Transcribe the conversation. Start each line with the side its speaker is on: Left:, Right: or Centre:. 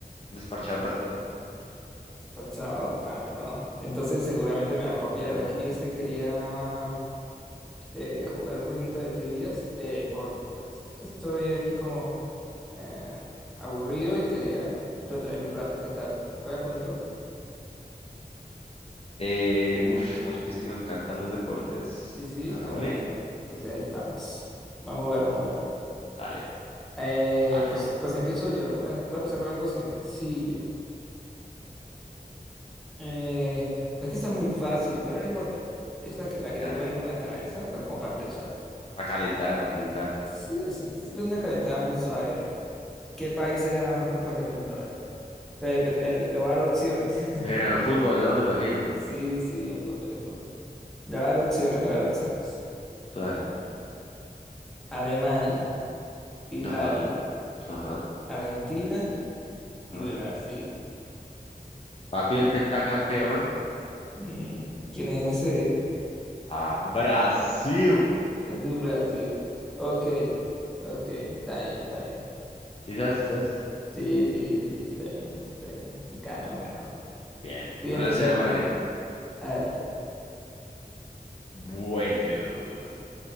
Left: desparchado un ratico.
Centre: ¿Despachado? Ah, bueno. Entonces seguramente me va a copiar
Left: Ajá.
Centre: aquí. Es que quería eh, jugar un jueguito de trivias de deportes. parce. Es que estoy aquí como eh, aburrido y quería entretenerme un rato. ¿Qué tal? ¿Juega conmigo?
Left: Eh, uf, ¿cómo supiste que me encantan los deportes?
Centre: Sí, sí.
Left: Hagámosle.
Centre: Bueno, bueno. Entonces ahí estamos. Vamos a jugar, vamos a jugar.
Left: Dale,
Centre: Eh,
Left: dale,
Centre: pues,
Left: dale.
Centre: pues empiezo yo. Voy a voy a empezar con algo sencillo. Eh, pues que está muy fácil, pero no importa. Es la que, la que tengo
Left: A ver,
Centre: ahorita en la cabeza, pa- como para empezar.
Left: va a calentar, va a calentar.
Centre: Sí, es, es una calentada muy suave. ya. ¿Qué país ha ganado más copas del mundo? A ver. Eh, eh, eh, le voy a dar opciones. <laughs>
Left: Pero en fútbol, ¿no? Me imagino.
Centre: Sí, sí, en fútbol, en fútbol. Le voy a dar opciones, le voy a dar opciones.
Left: A ver,
Centre: Alemania, Italia,
Left: ajá, ajá,
Centre: Argentina y
Left: ajá.
Centre: Brasil.
Left: Papi, el pentacampeón.
Centre: Mm, ¿quién es ese?
Left: Ah, Brasil.
Centre: Es de Brasil. Ok, ok, está bien, está bien.
Left: ¿Sí sabes? ¿Sí sabes?
Centre: Sí, sí, sí, está bien, está bien. Ganó, ganó.
Left: Bien,
Centre: Siguiente,
Left: uno a cero
Centre: siguiente.
Left: para mí.
Centre: Dale.
Left: Bueno,